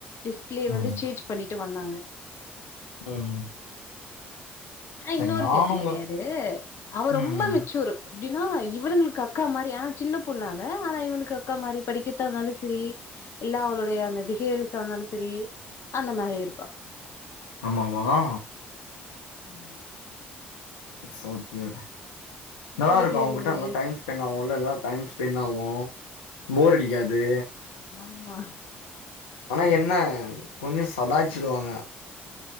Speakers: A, on the left; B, on the left.
A: டிஸ்பிளே வந்து
B: ம்.
A: சேஞ்ச் பண்ணிட்டு வந்தாங்க
B: ம்
A: ஆனா
B: சரி
A: இன்னொருத்தி
B: நானும்
A: அப்டி
B: உங்க
A: கெடையாது அவ ரொம்ப
B: ம்.
A: மெச்சூரு எப்டினா இவளுங்ளுக்கு அக்கா மாரி ஆனா சின்ன பொண்ணு அவ ஆனா இவனுக்கு அக்கா மாரி படிக்கற்த்தாந்தாலு‌சரி இல்லா அவளுடைய அந்த பிஹேவியர்ஸ் இருந்தாலு சரி அந்த மாரி இருப்பா
B: ஆமாவா
A: ம்
B: சோ கியூட்
A: உங்க
B: நல்லா
A: வீட்ல
B: இருக்கு அவங்கிட்ட
A: அது மாரி
B: நல்லா டைம் ஸ் பென்னாவுல்லா டைம் ஸ்பெண்ட் ஆவு போர் அடிக்காது
A: ஆமா
B: ஆனா என்ன கொஞ்சோ சதாச்சிடுவாங்க